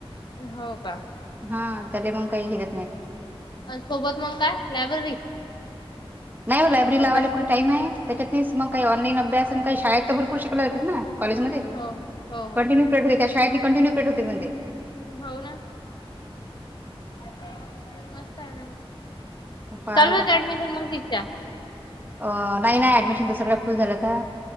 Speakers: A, on the left (about 50°); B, on the right (about 20°).
A: हो का?
B: हा त्याला मग काही हिर.
A: सोबत मग काय लायब्ररी.
B: नाही हो लायब्ररी
A: अभ्यास
B: लावायला कूठे टाईम आहे त्याच्यातच मग का ऑनलाईन अभ्यास काही शाळेत भरूपूर शिकल्या जात ना! कॉलेजमध्ये
A: हो हो
B: कंटिन्यू
A: हो
B: <unintelligible> होते त्या शाळेत कंटिन्यू पिरयड होते म्ह
A: होऊ ना पण मस्त आहे ना म
B: मग पाहावं
A: चालू होत ऍडमिशन मग तिथच्या
B: अ नाही नाही ऍडमिशन तर सगळं फुल झाल्या त्या